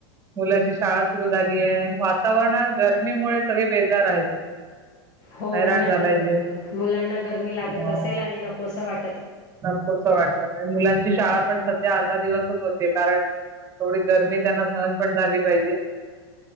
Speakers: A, on the right; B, on the left.
A: मुलाची शाळा सुरू झाली आहे, वातावरणात गरमीमुळे सगळे बेजार आहेत.
B: हो
A: हैराण
B: मुलांना
A: झालाय
B: गरमी,
A: जीव
B: मुलांना गरमी, लागत
A: हो
B: असेल आणि नकोसं वाट
A: नकोस वाटत मुलांची शाळा पण सध्या अर्धा दिवसच होती कारण एवढी गर्मी, त्यांना सहन पण झाली पाहिजे.